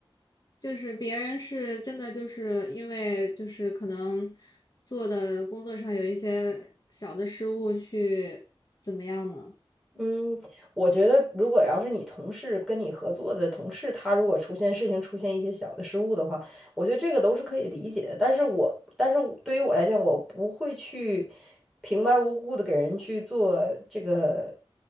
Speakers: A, on the left; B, in the centre.
A: 就是别人是真的就是因为就是可能做的工作上有一些小的失误去怎么样呢？
B: 嗯，我觉得如果要是你同事跟你合作的同事，他如果出现事情出现一些小的失误的话，我觉得这个都是可以理解的。但是我，但是我对于我来讲，我不会去平白无故的给人去做这个，